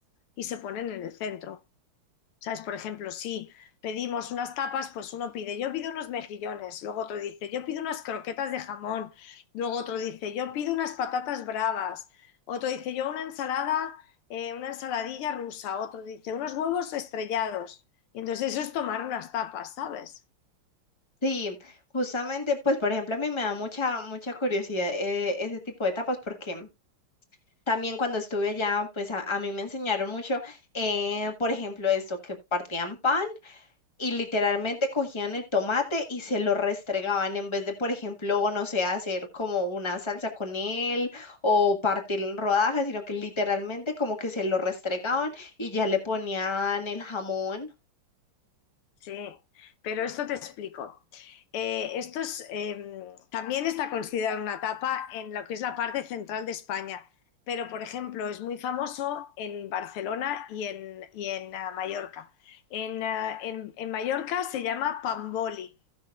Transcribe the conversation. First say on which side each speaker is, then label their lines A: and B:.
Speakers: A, on the left; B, on the left.
A: y se ponen en el centro. ¿Sabes? Por ejemplo, si pedimos unas tapas, pues uno pide, yo pido unos mejillones, luego otro dice, yo pido unas croquetas de jamón, luego otro dice, yo pido unas patatas bravas, otro dice, yo una ensalada, eh, una ensaladilla rusa, otro dice, unos huevos estrellados. Y entonces eso es tomar unas tapas, ¿sabes?
B: Sí, justamente, pues por ejemplo, a mí me da mucha, mucha curiosidad eh, ese tipo de tapas porque... También cuando estuve allá, pues a, a mí me enseñaron mucho, eh, por ejemplo, esto, que partían pan y literalmente cogían el tomate y se lo restregaban en vez de, por ejemplo, no sé, hacer como una salsa con él o partirlo en rodajas, sino que literalmente como que se lo restregaban y ya le ponían el jamón.
A: Sí, pero esto te explico. Eh, esto es, eh, también está considerado una tapa en lo que es la parte central de España, pero por ejemplo es muy famoso en Barcelona y en, y en, ah, Mallorca. En, ah, en- en Mallorca se llama pamboli